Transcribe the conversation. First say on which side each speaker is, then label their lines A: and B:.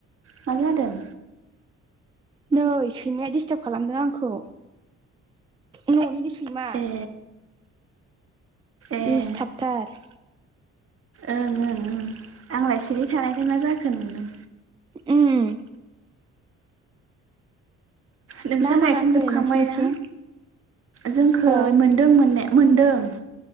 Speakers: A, on the right (about 50°); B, on the right (about 15°).
A: मा जादों?
B: नै सैमाया दिडिस्टाब खालामदों आंखौ न'निनो सैमा।
A: ए ए
B: दिसटाबथार।
A: ओं ओं ओं आंलाय सिरि थानायखाय मा जाखो नोंदों।
B: ओम।
A: नोंसा
B: ना
A: गायखांजोबखांबायना?
B: मोनाखै नोंसिनिथिं
A: जोंखौ
B: हो
A: मोनदों मोननाया मोन्दों।